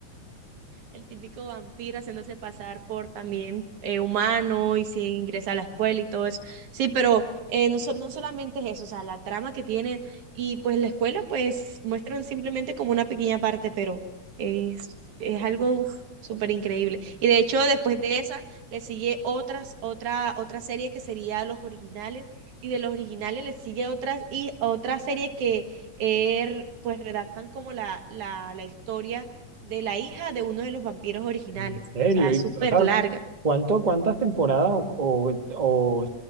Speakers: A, on the right (about 80°); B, on the right (about 45°).
A: el típico vampiro haciéndose pasar por también eh, humano y se ingresa a la escuela y todo eso. Sí, pero eh, no, so- no solamente es eso, o sea, la trama que tiene y pues la escuela pues muestran simplemente como una pequeña parte, pero es, es algo uf, súper increíble. Y de hecho después de esa le sigue otras, otra, otra serie que sería Los Originales. Y de los originales le sigue otras y otra serie que er pues redactan como la, la, la historia de la hija de uno de los vampiros originales.
B: En serio,
A: O sea, es
B: y,
A: súper
B: o sea,
A: larga.
B: ¿cuánto, cuántas temporadas o, o, o